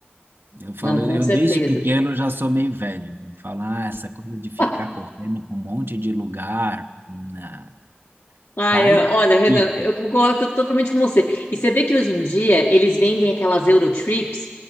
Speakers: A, on the right; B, on the left.
A: Eu falo,
B: Não, com
A: eu
B: certeza.
A: desde pequeno já sou meio velho. Eu falo, ah, essa coisa de ficar
B: <laughs>
A: correndo para um monte de lugar, na-
B: Ai,
A: vai
B: eu- olha, Renan,
A: e
B: eu
A: fica,
B: concordo totalmente com você. E você vê que hoje em dia eles vendem aquelas Eurotrips,